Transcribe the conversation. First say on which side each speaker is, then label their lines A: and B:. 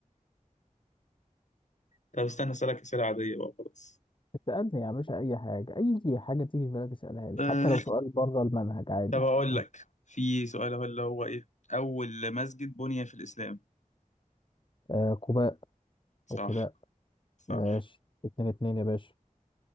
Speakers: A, on the left; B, on the left.
A: طب استنى أسألك أسئلة عادية بقى خلاص
B: اسألني يا باشا أي حاجة أي حاجة تيجي في بالك اسألها لي
A: آه،
B: حتى لو سؤال بره المنهج عادي
A: طب أقول
B: ها.
A: لك في سؤال هو اللي هو إيه أول مسجد بني في الإسلام
B: آه كوباء
A: صح
B: أو كباء
A: صح
B: ماشي اتنين اتنين يا باشا